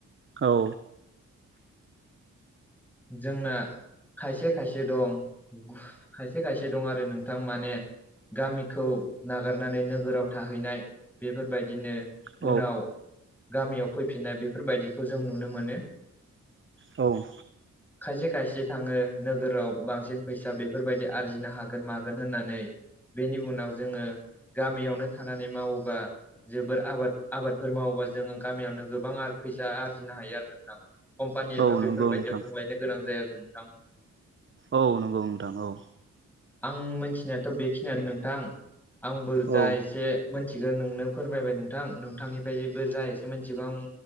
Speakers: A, on the right (about 35°); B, in the centre.
A: औ।
B: जोंना खायसे खायसे दं खायसे खायसे दं आरो नोंथां माने गामिखौ नागारनानै नोगोराव थाहैनाय बेफोरबायदिनो
A: औ
B: उनाव गामियाव फैफिननाय बेफोरबायदिखौ जों नुनो मोनो।
A: औ।
B: खायसे खायसे थाङो नोगोराव बांसिन फैसा बेफोरबायदि आरजिनो हागोन मागोन होननानै बेनि उनाव जोङो गामियावनो थानानै मावोबा जोबोर आबाद आबादफोर मावोबा जोङो गामियावनो गोबां फैसा आरजिनो हायो आरो नोंथां कम्पानि एफा
A: औ नंगौ
B: बेफोरबायायदियाव
A: नोंथां
B: थांलायनो गोनां जाया नोंथां।
A: औ नंगौ नोंथां औ
B: आं मिथिनायाथ' बेखिनियानो नोंथां आंबो जा
A: औ
B: एसे मिथिगोन नोंनो फोरमायबाय नोंथां नोंथांनिफ्राय जेबो जा एसे मिथिगौ आं